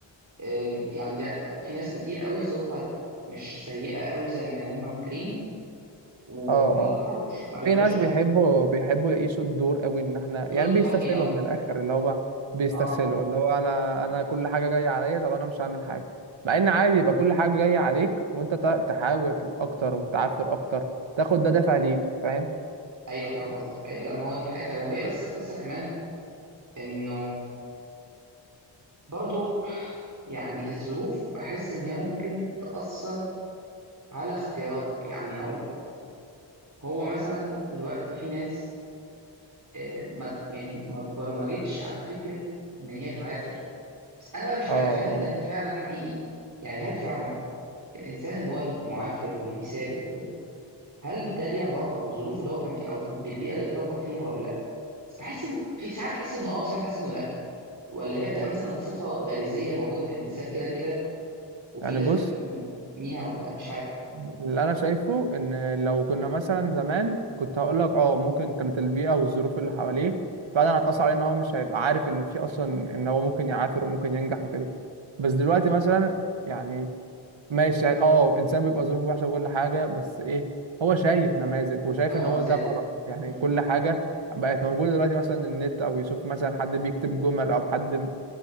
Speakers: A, on the right (about 40°); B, on the right (about 80°).
A: آه يعني ده في ناس كتير قوي ظروفها مش سيئة قوي زي ما هم فاكرين وما
B: اه
A: بيقرروش ما بياخدوش
B: في ناس
A: قرار
B: بيحبوا بيحبوا يعيشوا الدور قوي ان احنا
A: دول
B: يعني
A: الضحية
B: بيستسهلوا من الاخر اللي هو بيستسهلوا
A: اه
B: اللي هو انا انا كل حاجه جايه عليا طب انا مش هعمل حاجه مع ان عادي يبقى كل حاجه جايه عليك وانت تا- تحاول اكتر وتعافر اكتر تاخد ده دافع ليك فاهم
A: ايوه فاهم قصدك ايوه لا ما هو دي حقيقة فعلا وهي بس القصة كمان إنه برضو يعني الظروف بحس إن هي ممكن تأثر على اختياراتك يعني هقول لك هو مثلا دلوقتي في ناس آه، ما يعني ما اتبرمجتش على فكرة ان هي تعافر بس انا بقى مش عارف
B: اه
A: هل
B: اه
A: ده فعلا حقيقي يعني هل فعلا الانسان اللي هو المعافر واللي بيثابر وكده هل ده ليه علاقة بالظروف اللي هو كان فيها او في بالبيئة اللي اتربى فيها ولا لا بس بحس ان في ساعات احس انه اه وساعات بحس انه لا ولا هي بتبقى
B: آه.
A: مثلا صفة غريزية موجودة في الانسان كده كده وفي
B: يعني
A: ناس
B: بص
A: بقى بتنميها ولا لا مش عارف
B: اللي انا شايفه ان لو كنا مثلا زمان كنت هقول لك اه ممكن كانت البيئه والظروف اللي حواليه فعلا هتاثر عليه ان هو مش هيبقى عارف ان في اصلا ان هو ممكن يعافر وممكن ينجح وكده بس دلوقتي مثلا يعني ماشي يعني اه انسان بيبقى ظروفه وحشه وكل حاجه بس ايه هو شايف نماذج وشايف
A: قدامه
B: ان هو
A: امثلة
B: ده غلط يعني
A: مم.
B: كل حاجه بقت موجوده دلوقتي مثلا النت او يشوف مثلا حد بيكتب جمل او حد